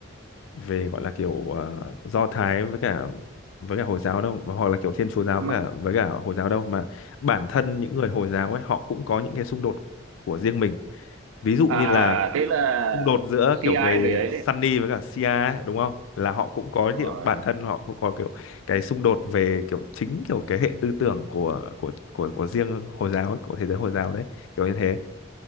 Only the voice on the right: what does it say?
mà
à
thế là
CI
về ấy đấy
đúng
rồi